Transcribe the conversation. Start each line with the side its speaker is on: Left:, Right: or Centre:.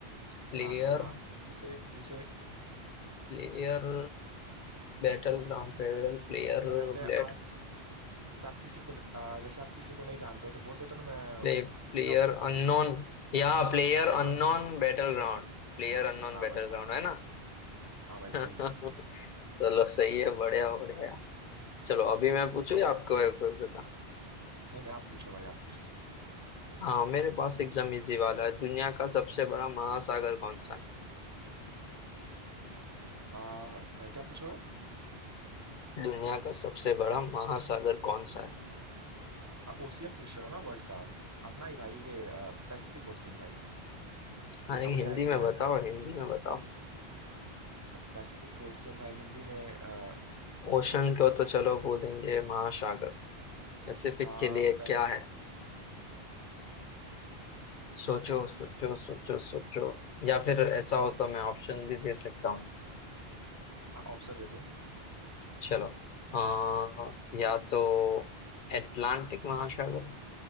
Left: प्लेयर
Right: हाँ हाँ हाँ यू से यू से
Left: प्लेयर बैटल ग्राउंड पेवेल player
Right: तो जैसे
Left: blade
Right: आप जैसे आप किसी को न- अ, जैसे आप किसी को नहीं जानते हो तो बोल देते हो ना मैं
Left: play
Right: उसका
Left: player unknown
Right: उसको मैं
Left: या player
Right: हाँ
Left: unknown battleground Player unknown
Right: हाँ
Left: बैटल
Right: भाई हाँ
Left: ग्राउंड है ना
Right: हाँ
Left: <laughs>
Right: भाई सही है
Left: चलो सही है बढ़िया बढ़िया चलो अभी मैं पूछू
Right: अब
Left: या आपको
Right: आप
Left: है कोई बता
Right: नहीं नहीं आप पूछो भाई आप पूछो
Left: हाँ मेरे पास एकदम इजी वाला है दुनिया का सबसे बड़ा महासागर कौन सा है
Right: अ, क्या पूछो
Left: दुनिया का सबसे बड़ा महासागर कौन सा है
Right: ओशियन पूछ रहे हो ना वर्ल्ड का अपना ही भाई ये पैसिफिक ओशियन भाई
Left: हाँ
Right: जितना
Left: लेकिन
Right: मुझे
Left: हिंदी
Right: आइडिया
Left: में बताओ
Right: है
Left: हिंदी में बताओ
Right: पैसिफिक ओशियन भाई हिंदी में आ,
Left: ओशन को
Right: इसको
Left: तो चलो बोलेंगे महासागर पैसिफिक
Right: पैसिफिक
Left: के लिए क्या है सोचो सोचो सोचो सोचो या फिर ऐसा हो तो मैं ऑप्शन भी दे सकता हूँ
Right: ऑप्शन दे दो
Left: चलो आ, या तो अटलांटिक महासागर